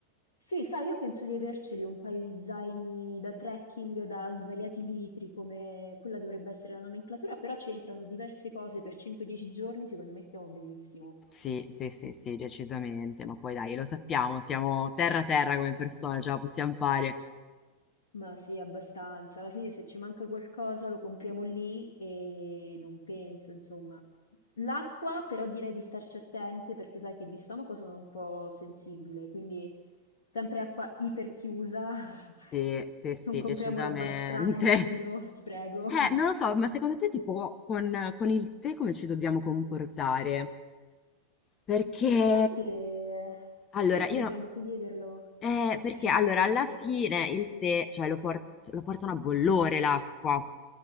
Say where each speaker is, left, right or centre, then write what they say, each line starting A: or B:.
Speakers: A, on the left; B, on the left.
A: Sì, sai, io penso di averceli un paio di zaini da trekking da svariati litri, come quella dovrebbe essere la nomenclatura, però ci entrano diverse cose per 5-10 giorni, secondo me stiamo benissimo.
B: Sì, sì, sì, sì, decisamente, ma poi dai, lo sappiamo, siamo terra a terra come persone, ce la possiamo fare.
A: Ma sì, abbastanza. Alla fine se ci manca qualcosa lo compriamo lì e non penso, insomma. L'acqua però direi di starci attente perché sai che di stomaco sono un po' sensibile, quindi sempre acqua iperchiusa. <laughs>
B: Sì, sì, sì,
A: Non compriamo
B: decisamente.
A: roba strana in giro,
B: <laughs>
A: ti prego.
B: Eh, non lo so, ma secondo te tipo con, con il tè come ci dobbiamo comportare? Perché
A: Sai che
B: allora
A: forse
B: io
A: dobbiamo
B: no-
A: chiederlo
B: eh,
A: esplicitamente.
B: perché allora alla fine il tè, cioè lo, port- lo portano a bollore l'acqua.